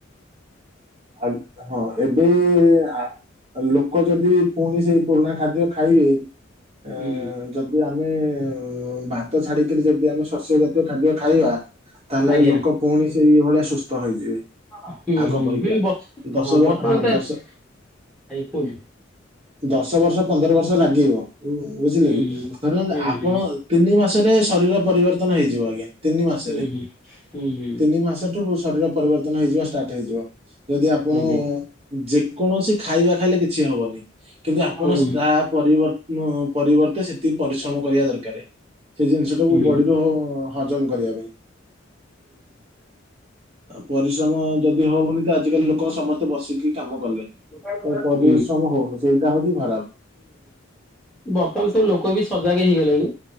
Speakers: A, on the right (about 35°); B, in the centre.
A: ଆଲୁ ହଁ ଏବେ ଆ ଲୋକ ଯଦି ପୁଣି ସେଇ ପୁରୁଣା ଖାଦ୍ୟ ଖାଇବେ। ଆ
B: ହୁଁ
A: ଯଦି ଆମେ ଆ ଭାତ ଛାଡିକିରି ଯଦି ଆମେ ଶସ୍ୟ ଜାତୀୟ ଖାଦ୍ୟ ଖାଇବା ତାହେଲେ
B: ଆଜ୍ଞା
A: ଲୋକ ପୁଣି ସେଇ ଭଳିଆ ସୁସ୍ଥ ହେଇଯିବେ।
B: ହୁଁ
A: ଆଗ
B: ହୁଁ
A: ପରିକା
B: ହୁଁ ହଁ
A: ଦଶ ବର୍ଷ
B: ବ-ବର୍ତ୍ତମାନ
A: ହଁ
B: ତ ଆଜ୍ଞା
A: ଦଶ
B: କୁହନ୍ତୁ।
A: ଦଶ ବର୍ଷ ପନ୍ଦର ବର୍ଷ ଲାଗିବ ବୁଝିଲେ
B: ହୁଁ
A: କି, ଧର
B: ହୁଁ
A: ଆପଣ
B: ହୁଁ
A: ତିନି ମାସ ଶରୀର ପରିବର୍ତ୍ତନ ହେଇଯିବ ଆଜ୍ଞା ତିନି ମାସରେ
B: ହୁଁ ହୁଁ ହୁଁ ହୁଁ ହୁଁ
A: ତିନି ମାସଠୁ ଶରୀର ପରିବର୍ତ୍ତନ ହେଇଯିବ ଷ୍ଟାର୍ଟ ହେଇଯିବ। ଯଦି ଆପଣ
B: ଆଜ୍ଞା
A: ଯେକୌଣସି ଖାଇବା ଖାଇଲେ କିଛି ହବନି କିନ୍ତୁ ଆପଣ
B: ହୁଁ
A: ତାପରେ ପରିବ-ପରିବର୍ତ୍ତେ ସେତିକି ପରିଶ୍ରମ କରିବା ଦରକାରେ। ସେ ଜିନିଷ
B: ହୁଁ
A: ଟାକୁ
B: ହୁଁ
A: ବଡିରୁ ହଜମ କରିବା ପାଇଁ। ପରିଶ୍ରମ ଯଦି ହଉନି ତ ଆଜିିକାଲି ଲୋକ ସମସ୍ତେ ବସିକି କାମ କଲେ।
B: ହଁ
A: ତ
B: ହଁ
A: ପରିଶ୍ରମ
B: ହଁ
A: ହଉନି ସେଇଟା ହଉଛି ଖରାପ
B: ବର୍ତ୍ତମାନ ସବୁ ଲୋକ ବି ସଜାଗ ହେଇ ଗଲେଣି।